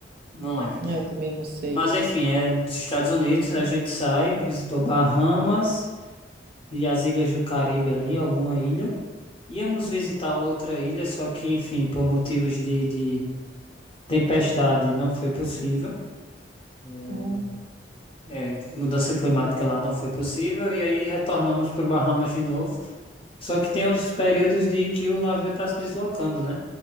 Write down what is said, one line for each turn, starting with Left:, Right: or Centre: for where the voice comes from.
Left: Não lembro.
Right: Ah, eu também não sei.
Left: Mas enfim, é dos Estados Unidos. A gente sai, visitou Bahamas e as ilhas do Caribe ali, alguma ilha. Íamos visitar outra ilha, só que, enfim, por motivos de, de tempestade não foi possível. É,
Right: Hum.
Left: É, mudança climática lá não foi possível, e aí retornamos para Bahamas de novo. Só que tem os períodos de que o navio está se deslocando, né?